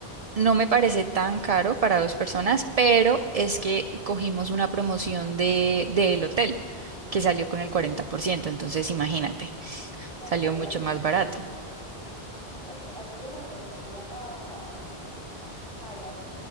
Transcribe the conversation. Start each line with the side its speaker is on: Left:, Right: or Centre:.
Right: No me
Left: Ok,
Right: parece tan caro para dos personas, pero es que cogimos una promoción de, del hotel que salió con el 40%. entonces imagínate,
Left: no,
Right: salió
Left: claro,
Right: mucho
Left: la
Right: más barato.
Left: porque aquí hay un hotel que se llama Hyatt,